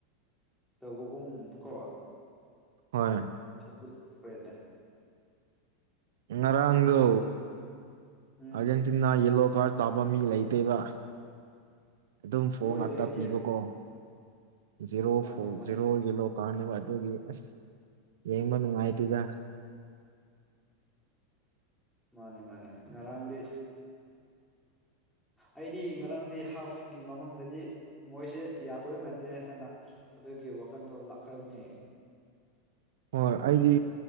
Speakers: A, in the centre; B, on the right (about 85°).
A: ꯇꯧꯕꯒꯨꯝ ꯀꯣ
B: ꯍꯣꯏ
A: ꯊꯣꯛꯄꯗꯤ ꯊꯣꯛꯈ꯭ꯔꯦꯅꯦ
B: ꯉꯔꯥꯡꯗꯨ
A: ꯎꯝ
B: ꯑꯥꯔꯖꯦꯟꯇꯤꯅꯥ ꯌꯦꯜꯂꯣ ꯀꯥꯔ ꯆꯥꯕ ꯃꯤ ꯂꯩꯇꯦꯕ ꯑꯗꯨꯝ ꯐꯣꯜ
A: ꯑꯣꯏ
B: ꯉꯥꯛꯇ
A: ꯂꯩꯔꯤꯛꯁꯦ
B: ꯄꯤꯕꯀꯣ ꯖꯦꯔꯣ
A: ꯃꯥꯅꯦ
B: ꯐꯣꯜ
A: ꯃꯥꯅꯦ
B: ꯖꯦꯔꯣ ꯌꯦꯂꯣ ꯀꯥꯎꯅꯦꯅꯕ ꯑꯗꯨꯒꯤ ꯑꯁ ꯌꯦꯡꯕ ꯅꯨꯡꯉꯥꯏꯇꯗ
A: ꯃꯥꯅꯦ ꯃꯥꯅꯦ ꯉꯔꯥꯡꯗꯤ ꯑꯩꯗꯤ ꯉꯔꯥꯡꯗꯤ ꯍꯥꯐꯀꯤ ꯃꯃꯥꯡꯗꯗꯤ ꯃꯣꯏꯁꯦ ꯌꯥꯗꯣꯏ ꯃꯥꯟꯗꯦ ꯍꯥꯏꯅ ꯑꯗꯨꯒꯤ ꯋꯥꯈꯟꯗꯣ ꯂꯥꯛꯈ꯭ꯔꯕꯅꯦ
B: ꯍꯣꯏ ꯑꯩꯗꯤ